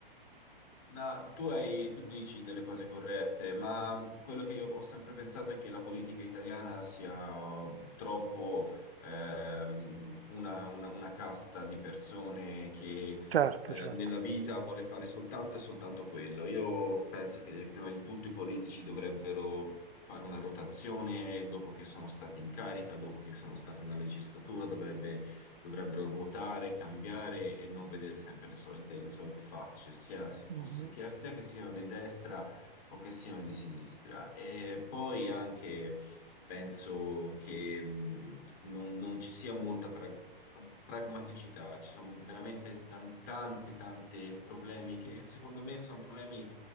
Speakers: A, on the left (about 45°); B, on the right (about 85°).
A: No, tu hai- tu dici delle cose corrette, ma quello che io ho sempre pensato è che la politica italiana sia uh, troppo ehm, una, una- una casta di persone che
B: Certo,
A: eh,
B: certo.
A: nella vita vuole fare soltanto e soltanto quello. Io penso che prima di tutto i politici dovrebbero fare una rotazione dopo che sono stati in carica, dopo che sono stata una legislatura, dovrebbe dovrebbero ruotare, cambiare e non vedere sempre le solite, le solite facce, sia,
B: Mhm.
A: fosse- che, sia che siano di destra o che siano di sinistra. E poi anche penso che mh, non, non ci sia molta pra- pragmaticità, ci sono veramente tan- tante, tante problemi che secondo me sono problemi